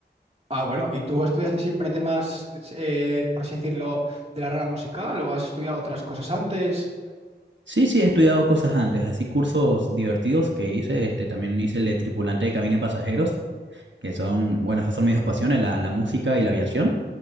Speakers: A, on the right (about 35°); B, on the right (about 85°).
A: Ah, bueno, ¿y tú estudiaste siempre temas, eh, por así decirlo, de la rama musical o has estudiado otras cosas antes?
B: Sí, sí, he estudiado cosas antes, así cursos divertidos que hice, este, también hice el de tripulante de cabina de pasajeros, que son, bueno, esas son mis dos pasiones, la, la música y la aviación.